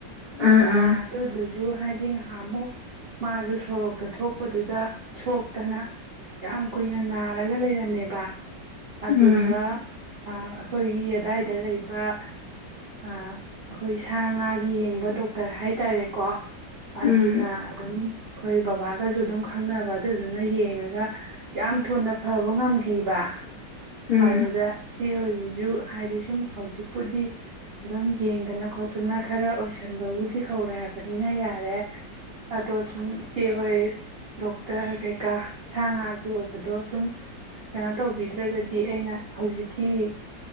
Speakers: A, on the left; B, on the right.
A: ꯑꯥ
B: ꯑ
A: ꯑꯥ
B: ꯑꯗꯨ ꯑꯗꯨ ꯁꯨ ꯍꯥꯏꯗꯤ ꯉꯥꯏꯍꯥꯛ ꯑꯃꯨꯛ ꯃꯥꯁꯨ ꯁꯣꯔꯣꯛꯇ ꯊꯣꯛꯄꯗꯨꯗ ꯁꯣꯛꯇꯅ ꯌꯥꯝ ꯀꯨꯏꯅ ꯅꯥꯔꯒ ꯂꯩꯔꯝꯃꯦꯕ ꯑꯗꯨꯗ
A: ꯎꯝ
B: ꯑꯩꯈꯣꯏꯒꯤ ꯑꯗꯥꯏꯗ ꯂꯩꯕ ꯑꯩꯈꯣꯏ ꯁꯥ ꯉꯥꯒꯤ ꯌꯦꯡꯕ ꯗꯣꯛ ꯇꯔ ꯍꯥꯏꯇꯥꯔꯦꯀꯣ ꯑꯗꯨꯅ
A: ꯎꯝ
B: ꯑꯗꯨꯝ ꯑꯩꯈꯣꯏ ꯕꯕꯥꯒꯁꯨ ꯑꯗꯨꯝ ꯈꯪꯅꯕ ꯑꯗꯨꯗꯨꯅ ꯌꯦꯡꯉꯒ ꯌꯥꯝ ꯊꯨꯅ ꯐꯕ ꯉꯝꯈꯤꯕ
A: ꯎꯝ
B: ꯑꯗꯨꯗ ꯏꯆꯦ ꯍꯥꯏꯗꯤ ꯁꯨꯝ ꯍꯧꯖꯤꯛꯄꯨꯗꯤ ꯑꯗꯨꯝ ꯌꯦꯡꯗꯅ ꯈꯣꯠꯇꯅ ꯈꯔ ꯑꯣꯏꯁꯟꯕꯕꯨ ꯤ ꯍꯧꯔꯦ ꯍꯥꯏꯕꯅꯤꯅ ꯌꯥꯔꯦ ꯑꯗꯣ ꯁꯨꯝ ꯏꯆꯦꯍꯣꯏ ꯗꯣꯛꯇꯔ ꯀꯩꯀꯥ ꯁꯥ ꯉꯥꯒꯤ ꯑꯣꯏꯕꯗꯣ ꯁꯨꯝ ꯀꯩꯅꯣ ꯇꯧꯕꯤꯗ꯭ꯔꯒꯗꯤ ꯑꯩꯅ ꯍꯧꯖꯤꯛꯀꯤ